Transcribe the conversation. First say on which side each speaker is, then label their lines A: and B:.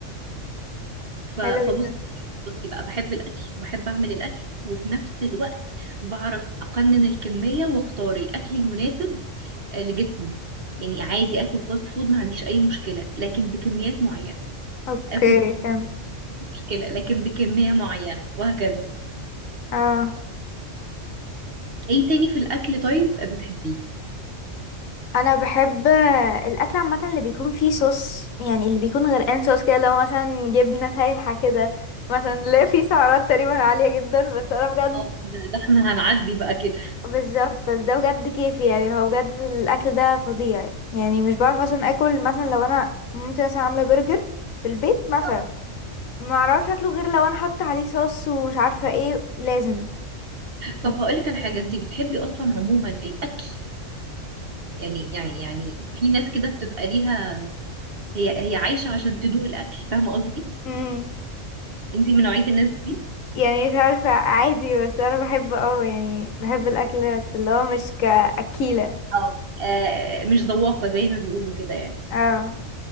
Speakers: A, on the right; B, on the left.
A: ف-
B: حلو
A: فبص
B: جدا
A: بصي بقى بحب الاكل وبحب اعمل الاكل وفي نفس الوقت بعرف اقنن الكميه واختار الاكل المناسب آه، لجسمي يعني عادي اكل فاست فود ما عنديش اي مشكله لكن بكميات معينه
B: اوكي
A: اكل بكميات
B: فهمت
A: مشكله لكن بكميه معينه وهكذا
B: اه
A: ايه تاني في الاكل طيب بتحبيه
B: انا بحب الاكل عامة اللي بيكون فيه صوص يعني اللي بيكون غرقان صوص كده لو مثلا جبنة سايحة كده مثلا لا فيه سعرات تقريبا عالية جدا بس انا بجد
A: اه ده ده احنا هنعدي بقى كده
B: بالظبط بس ده بجد كيفي يعني هو بجد الاكل ده فظيع يعني مش بعرف اصلا اكل مثلا لو انا ممكن مثلا عامله برجر في البيت مثلا
A: آه.
B: ما اعرفش اكله غير لو انا حاطه عليه صوص ومش عارفه ايه لازم <laughs>
A: طب
B: يعني
A: هقول
B: فاكهة
A: لك على
B: كده.
A: حاجه انت بتحبي اصلا عموما الاكل يعني يعني يعني في ناس كده بتبقى ليها هي هي عايشه عشان تدوق الاكل فاهمه قصدي
B: امم
A: انتي من نوعية الناس دي
B: يعني مش عارفه عادي بس انا بحب اه يعني بحب الاكل بس اللي هو مش كاكيله
A: اه آه مش ذواقة زي ما بيقولوا كده يعني
B: اه